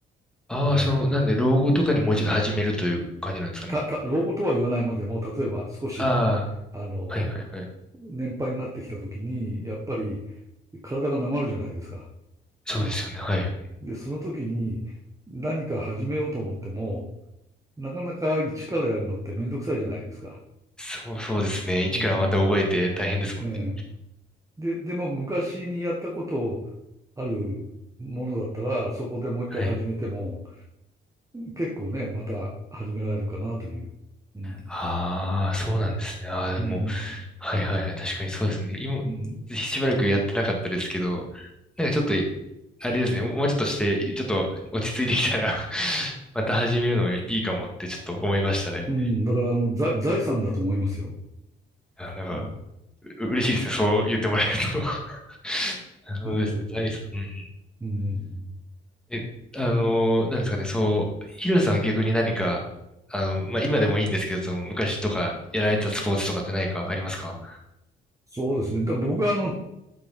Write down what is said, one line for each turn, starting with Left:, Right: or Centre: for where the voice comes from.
Centre: ああ、
Right: うん。
Centre: その、なんで老後とかにもう一度始めるという感じなんですかね。
Right: た、た、老後とは言わないまでも、例えば少し、
Centre: ああ、
Right: あの、
Centre: はいはいはい。
Right: 年配になってきた時に、やっぱり体がなまるじゃないですか。
Centre: そうですよね。はい。
Right: で、その時に何か始めようと思っても、なかなか一からやるのってめんどくさいじゃないですか。
Centre: そうそうですね。一からまた覚えて大変ですもんね。
Right: うん。ええで、でも昔にやったことあるものだったら、そこでもう一回始めても、
Centre: はい。
Right: 結構ね、また始められるかなという。うん。
Centre: ああ、そうなんですね。ああ、でも、
Right: うん。
Centre: はいはいはい。確かにそうですね。今、
Right: うん。
Centre: しばらくやってなかったですけど、なんかちょっと、あれですね。もうもうちょっとして、ちょっと落ち着いてきたら <laughs> また始めるのもいいかもってちょっと思いましたね。
Right: うん。だから、あの、財財産だと思いますよ。
Centre: あ、
Right: うん。
Centre: なんか、う嬉しいですね。そう言ってもらえると <laughs> なるほどですね。
Right: うん。
Centre: 財産。うんうんうん
Right: うん
Centre: え、あのーなんですかね、そう、ヒロさんは逆に何か、あの、まあ、今でもいいんですけど、その昔とかやられたスポーツとかって何かありますか
Right: そうですね。だ僕はあの、